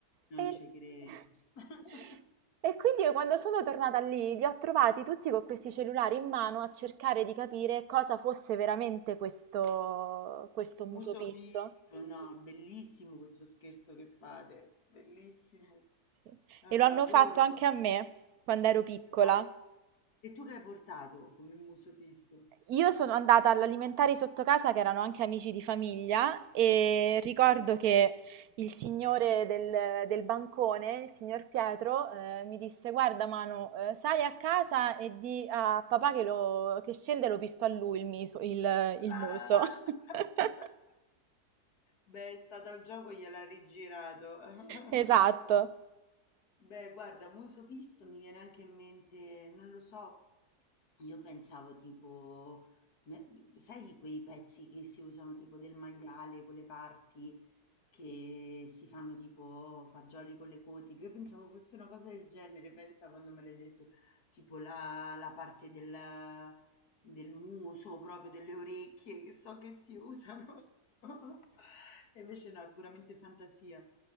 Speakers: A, on the left; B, on the right.
A: Non
B: E
A: ci credo.
B: <laughs>
A: <laughs>
B: e quindi io quando sono tornata lì, li ho trovati tutti con questi cellulari in mano a cercare di capire cosa fosse veramente questo, questo muso
A: Muso
B: pisto.
A: pisto, no, bellissimo questo scherzo che fate, bellissimo.
B: Sì.
A: Eh,
B: E
A: adoro.
B: lo hanno fatto anche a me quando ero piccola.
A: Ah, e tu che hai portato come muso pisto?
B: Io sono andata all'alimentari sotto casa che erano anche amici di famiglia e ricordo che il signore del, del bancone, il signor Pietro, eh, mi disse: Guarda, Manu, eh, sali a casa e di a papà che, lo- che scende e lo pisto a lui il, miso- il- il
A: Ah!
B: muso. <laughs>
A: <laughs> Beh, è stato al gioco, gliel'ha rigirato.
B: Esatto.
A: <laughs> Beh, guarda, muso pisto mi viene anche in mente, non lo so, io pensavo tipo, me- sai quei pezzi che si usano tipo del maiale, quelle parti che si fanno tipo fagioli con le coti, che io pensavo fosse una cosa del genere, pensa quando me l'hai detto, tipo la, la parte del, del muso, proprio delle orecchie, che so che si usano, <laughs> e invece no, è puramente fantasia.